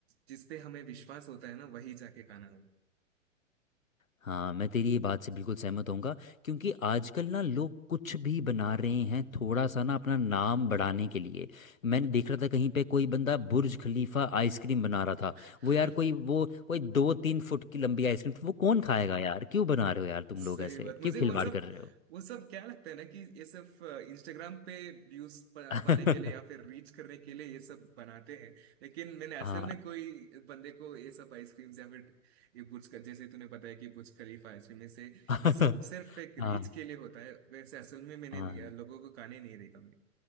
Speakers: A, on the right; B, on the left.
A: जिस पे हमें विश्वास होता है ना वही जाके खाना
B: हाँ मैं तेरी ये बात से बिल्कुल सहमत होऊंगा क्योंकि आजकल ना लोग कुछ भी बना रहे हैं थोड़ा सा ना अपना नाम बढ़ाने के लिए मैंने देख रहा था कहीं पे कोई बंदा बुर्ज खलीफा आइसक्रीम बना रहा था
A: हो
B: वो यार कोई वो कोई दो तीन फुट की लंबी आइसक्रीम वो कौन खाएगा
A: <laughs>
B: यार क्यों बना रहे हो यार तुम
A: सही
B: लोग ऐसे
A: बात मुझे
B: क्यों खिलवाड़
A: वो सब
B: कर रहे हो
A: वो सब क्या लगता है ना कि ये सिर्फ इंस्टाग्राम पे व्यूज पाने
B: <laughs>
A: के लिए या फिर रीच करने के लिए ये सब बनाते हैं लेकिन मैंने असल
B: हाँ
A: में कोई बंदे को ये सब आइसक्रीम्स या फिर ये बुर्ज जैसे तूने बताया कि बुर्ज खलीफा आइसक्रीम ये से
B: <laughs>
A: ये सब सिर्फ एक
B: हाँ
A: रीच के लिए होता है वैसे असल में मैंने
B: हाँ
A: लोगों को खाने नहीं देखा